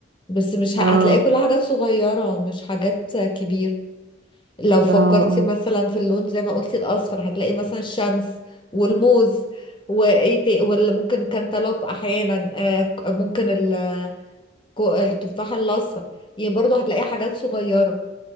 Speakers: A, on the left (about 30°); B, on the right (about 65°).
A: بس مش ه-
B: اه
A: هتلاقي كلها حاجات صغيرة مش حاجات كبيرة لو فكرتي
B: اه اه
A: مثلا في اللون زي ما قلتي الأصفر هتلاقي مثلا الشمس والموز وايه تا- واللي ممكن كانتالوب احيانا آه، ك- ممكن ال- كو- التفاح الاصفر يعني برضو هتلاقي حاجات صغيرة